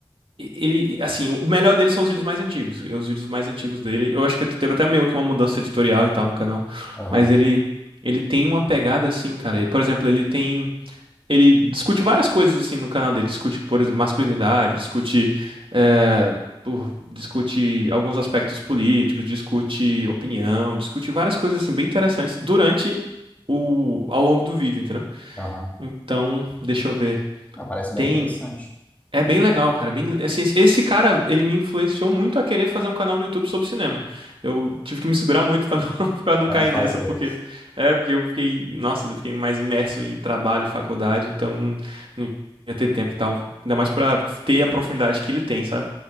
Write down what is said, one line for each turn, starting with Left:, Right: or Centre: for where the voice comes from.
Right: Ele, assim, o melhor dele são os vídeos mais antigos. Os vídeos mais antigos dele. Eu acho que teve até meio que uma mudança editorial e tal no canal.
Left: Aham,
Right: Mas ele, ele tem uma pegada assim, cara. e, Por exemplo, ele tem. Ele discute várias coisas assim no canal dele. Discute, por exemplo, masculinidade, discute. eh, por- discute alguns aspectos políticos, discute opinião, discute várias coisas assim bem interessantes durante o, ao longo do vídeo, entendeu?
Left: aham.
Right: Então, deixa eu ver.
Left: Ah, parece bem
Right: Tem.
Left: interessante.
Right: É bem legal, cara. Bem, assim, esse cara, ele me influenciou muito a querer fazer um canal no YouTube sobre cinema. Eu tive que me segurar muito pra não, <laughs> para não
Left: Para
Right: cair
Left: não fazer.
Right: nessa, porque é porque eu fiquei, nossa, eu fiquei mais imerso em trabalho e faculdade, então eu não, não ia ter tempo e tal. Ainda mais pra ter a profundidade que ele tem, sabe?